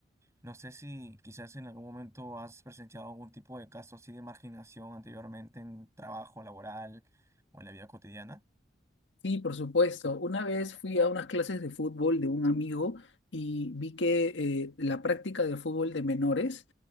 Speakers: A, on the right; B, on the left.
A: No sé si quizás en algún momento has presenciado algún tipo de caso así de marginación anteriormente en trabajo laboral o en la vida cotidiana.
B: Sí, por supuesto. Una vez fui a unas clases de fútbol de un amigo y vi que eh, la práctica de fútbol de menores